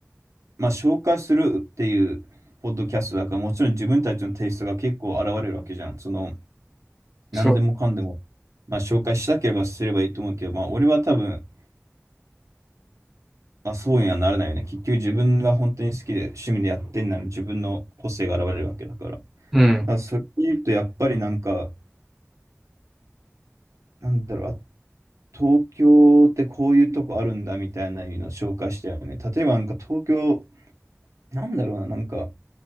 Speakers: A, on the right; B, in the centre.
A: まあ、紹介するっていうポッドキャストだから、もちろん自分たちのテイストが結構現れるわけじゃん。その、何でもかんでも、
B: そう。
A: まあ、紹介したければすればいいと思うけど、まあ、俺は多分、まあ、そうにはならないよね。結局自分が本当に好きで趣味でやってんなら自分の個性が現れるわけだから。だか
B: うん。
A: らそれで言うと、やっぱりなんか、なんだろう、あ東京ってこういうとこあるんだみたいなのを紹介したよね。例えばなんか東京、なんだろうな、なんか、